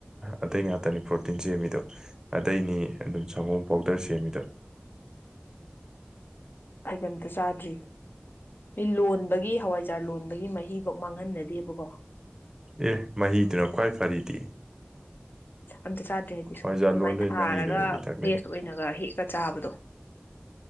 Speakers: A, on the right; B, on the left.
A: ꯑꯇꯩ ꯉꯥꯛꯇꯅꯤ ꯄ꯭ꯔꯣꯇꯤꯟ ꯁꯦꯝꯃꯤꯗꯣ ꯑꯇꯩꯅꯤ ꯑꯗꯨꯝ ꯁꯪꯒꯣꯝ ꯄꯥꯎꯗꯔ ꯁꯦꯝꯃꯤꯗꯣ
B: ꯑꯥꯏꯇꯝꯇ ꯆꯥꯗ꯭ꯔꯤ ꯃꯤ ꯂꯣꯟꯕꯒꯤ ꯍꯋꯥꯏꯖꯥꯔ ꯂꯣꯟꯕꯒꯤ ꯃꯍꯤꯐꯧ ꯃꯥꯡꯍꯟꯅꯗꯦꯕꯀꯣ
A: ꯑꯦ ꯃꯍꯤꯗꯨꯅ ꯈ꯭ꯋꯥꯏ ꯐꯔꯤꯗꯤ
B: ꯑꯗꯨ <unintelligible> ꯆꯥꯗꯦ ꯍꯥꯏꯗꯤ ꯁꯨꯝ
A: ꯍꯋꯥꯏꯖꯥꯔ
B: ꯑꯗꯨꯃꯥꯏꯅ
A: ꯂꯣꯟꯕꯩ
B: ꯊꯥꯔꯒ
A: ꯃꯍꯤꯗꯨꯅꯤ ꯃꯤꯊꯛꯅꯤ
B: ꯐ꯭ꯔꯦꯁ ꯑꯣꯏꯅꯒ ꯍꯦꯛꯑ ꯆꯥꯕꯗꯣ